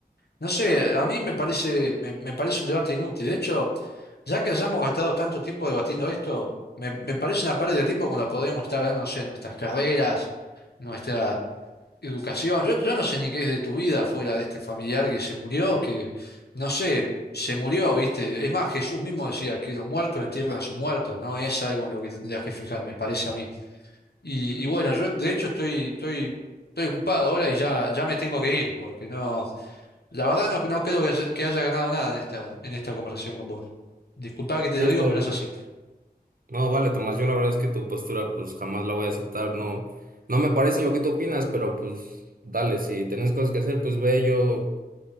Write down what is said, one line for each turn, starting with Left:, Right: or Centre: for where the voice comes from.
Left: no sé, a mí me parece, me, me parece un debate inútil. De hecho, ya que hayamos gastado tanto tiempo debatiendo esto, me, me parece una pérdida de tiempo cuando podríamos estar hablando, no sé, nuestras carreras, nuestra educación. Yo, yo no sé ni qué es de tu vida fuera de este familiar que se murió, que, no sé, se murió, ¿viste? Es más, Jesús mismo decía que los muertos entierran a sus muertos, no es algo en lo que te tendrías que fijar, me parece a mí. Y, y bueno, yo de hecho estoy, estoy, estoy ocupado ahora y ya, ya me tengo que ir, porque no, la verdad no, no creo que haya, que haya ganado nada en esta, en esta conversación con vos. Disculpa que te
Right: Es
Left: lo digo,
Right: la-
Left: pero es así.
Right: No, vale, Tomás, yo la verdad es que tu postura pues jamás la voy a aceptar, no, no me parece lo que tú opinas, pero pues dale, si tenés cosas que hacer, pues ve, yo